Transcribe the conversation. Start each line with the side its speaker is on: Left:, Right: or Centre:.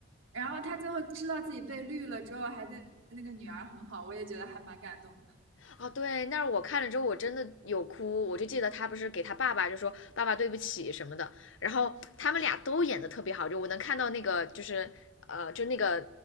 Right: 然后他最后知道自己被绿了之后，还对那个女儿很好，我也觉得还蛮感动的。
Left: 哦，对，那我看了之后，我真的有哭。我就记得他不是给他爸爸就说“爸爸对不起”什么的，然后他们俩都演的特别好，就我能看到那个就是呃，就那个